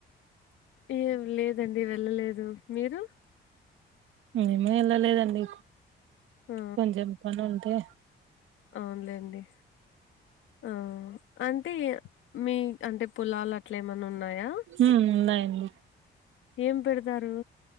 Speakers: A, on the left; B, on the right.
A: ఏం లేదండి వెళ్ళలేదు మీరు
B: మేము వెళ్ళలేదండి
A: ఆ
B: కొంచెం పనిఉంటే
A: అవునులేండి ఆ అంటే ఇగ మీ అంటే పొలాలు అట్లా ఏమన్న ఉన్నాయా
B: ఉమ్ ఉన్నాయండి
A: ఏమ్ పెడతారు